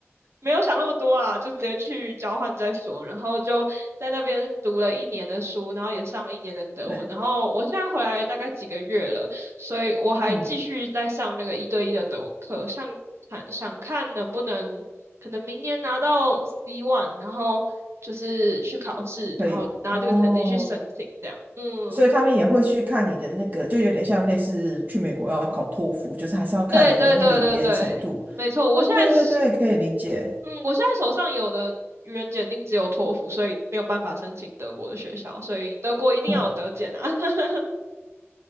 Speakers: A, on the right (about 65°); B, on the right (about 40°).
A: 没有想那么多啊，就直接去交换再说，然后就在那边读了一年的书，然后也上了一年的德文，
B: 对，
A: 然后我现在回来大概几个月了，所以我还继续在上那个一对一的德文课，
B: 嗯，
A: 像看想看能不能可能明年拿到 C one，然后。就是去考试，
B: 可以，
A: 然后拿这个成绩去申请，
B: 哦，
A: 这样，嗯。
B: 所以他们也会去看你的那个，就有点像类似去美国要考托福，就是还是要看你的那个语言程度。
A: 对对对对对，没错。
B: 哦，
A: 我现在是，
B: 对对对，可以理解，
A: 嗯，我现在手上有的语言检定只有托福，所以没有办法申请德国的学校，所以德国一定要有德检啊。
B: 嗯，
A: <laughs>